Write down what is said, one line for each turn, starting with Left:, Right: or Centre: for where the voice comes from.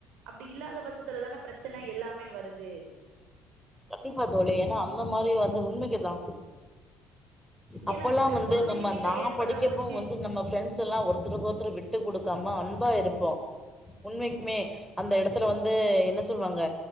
Right: அப்டி இல்லாத பட்சத்துல தான பிரச்சனை எல்லாமே வருது
Centre: கண்டிப்பா தோழி ஏன்னா அந்த மாரி வந்து உண்மைக்குதா அப்ல்லா
Right: ஏன்னா இந்த
Centre: வந்து
Right: குழந்தைங்க
Centre: நம்ம
Right: கிட்ட
Centre: நா
Right: ஏற்படுற
Centre: படிக்கப்ப
Right: ஒரு சி
Centre: வந்து நம்ம ஃபிரெண்ட்ஸ் எல்லாம் ஒருத்தருக்கு ஒருத்தர் விட்டு கொடுக்காம அன்பா இருப்போ உண்மைக்குமே அந்த இடத்துல வந்து என்ன சொல்லுவாங்க